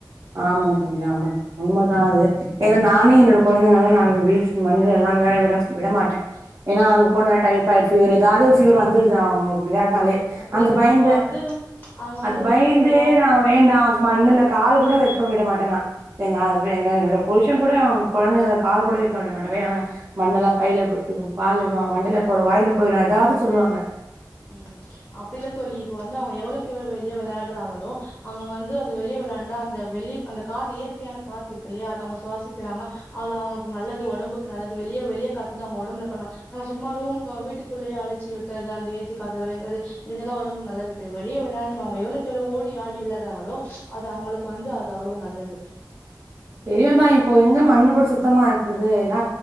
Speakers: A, on the right; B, on the left.
A: ஆமா <inaudible> ஆமா உண்மதா அது ஏன்னா நானே என்னோட கொழந்தைங்கெல்லா நா வீ மண்ணலயெல்லா வெளையாட விட-விடமாட்டே ஏன்னா அங்க
B: ம்
A: போன்னா டைப்ட்ஃபீவர் எதாவது ஒரு ஃபீவர் வந்துருது அவுங்க விளையாட்னாலே
B: அப்டி
A: அந்த
B: இல்ல தோழி
A: பயந்து
B: இப்போ வந்து அவங்க
A: அது
B: வந்து
A: பயந்து
B: வெளியில விளையாட்டு
A: நா வேண்டாம் மண்ணுல கால் கூட வைக்க விட மாட்டா நா எங்க எங்க என்னோட புருஷன் கூட கொழந்தைங்களா கால் கூட வைக்க விட மாட்டே வேணா மண்ணெல்லா கையில போட்டு பால் வண்ட போறோ வாயில போயுரு எதாவது சொல்லுவாங்க
B: ம் ம் அப்டி இல்ல தோழி இப்ப வந்து அவுங்க எவ்ளோயிக்கு எவ்ளோவு வெளிய வொள்ளையாடுறாங்களோ அவுங்க வந்து அது வெளிய விளாண்டா அந்த வெளியே அந்த காத்து இயற்கையான காத்துருக்குல்லையா அது அவுங்க சுவாசிக்கிறாங்க அது அவுங்களுக்கு நல்லது ஒடம்புக்கு நல்லது வெளிய வெளியே காத்து வந்து அவுங்க ஒடம்புல பண்ணோ நாங்க சும்மாரு வீட்டுக்குள்ளேயே அடைச்சு வெக்கறது அந்து <inaudible> தோழி இதெல்லா ஒடம்பாக்கு நல்லது தோழி வெளிய வெள்ளான்டா அவுங்க எவ்ளேவுக்கு எவ்ளோ ஓடி ஆடி வெள்ளாடுறாங்களோ அது அவுங்களுக்கு வந்து அது அவ்ளோ நல்லது
A: பெரியவதா இப்போ எங்க மண்ணுக் கூட சுத்தமாருக் இது எல்லா